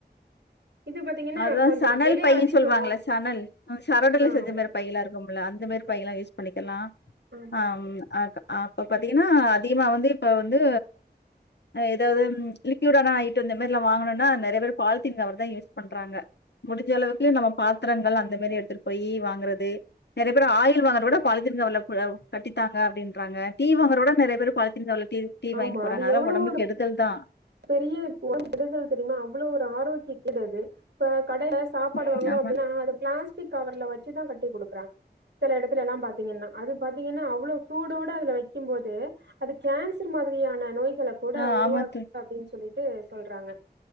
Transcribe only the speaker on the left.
அதா
சணல்
பையன்னு
சொல்லுவாங்கல சணல் சரடுல
செஞ்ச மாறி பையில்லா இருக்கு ம்ல அந்த மாரி பையெல்லா யூஸ் பண்ணிக்கலா
ம் அ அப்ப பாத்தீங்கன்னா அதிகமா வந்து இப்ப வந்து ஏதாவது ம் லிக்விடான ஐடம் இந்த மாரிலா வாங்குனனா நறைய பேர் பால்த்தீன் கவர் தா யூ டறாங்க முடிஞ்ச அளவுக்கு நம்ம பாத்திரங்கள் அந்த மாரி எடுத்துட்டு போய் வாங்குறது நறைய பேர் ஆயில் வாங்கற கூட பாலத்தீன் கவர் கட்டித்தாங்க அப்படின்றாங்க டீ வாங்குறதுகுட நறைய பேர் பாலித்தீன் கவர்ல டீ வாங்கிட்டு
போறாங்க
அதுல்லா
ஓடம்புக்கு
கெடுதல்தா
ம்
ஆமா.
ஆ
ஆமா தோழி.